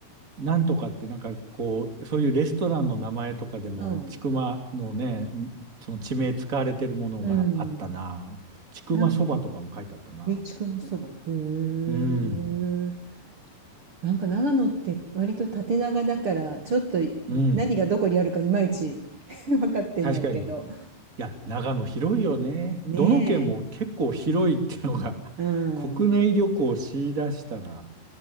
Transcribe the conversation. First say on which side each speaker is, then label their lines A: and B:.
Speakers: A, on the right; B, on the right.
A: なんとかって、なんかこう、そういうレストランの名前とかでも、
B: うん。
A: 千曲のね、その地名使われてるものがあったな。
B: うん。
A: ちくまそばとかも書いてあったな。
B: なんえ、ちくまそば。へえ。
A: うん、
B: なんか長野って割と縦長だからちょっと
A: うん。
B: 何がどこにあるかいまいち <laughs> 分かってないけど。
A: 確かに。いや、長野広いよね。
B: ね
A: どの県も結構広いってのが <laughs>
B: え。うん。
A: 国内旅行をし出したら